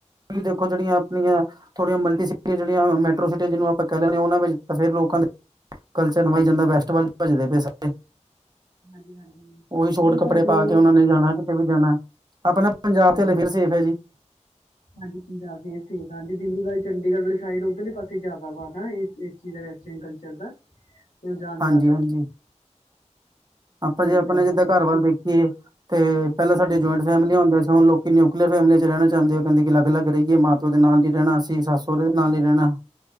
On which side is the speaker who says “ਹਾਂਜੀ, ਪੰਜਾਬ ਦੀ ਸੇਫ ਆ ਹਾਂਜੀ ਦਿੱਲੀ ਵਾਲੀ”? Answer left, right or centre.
Left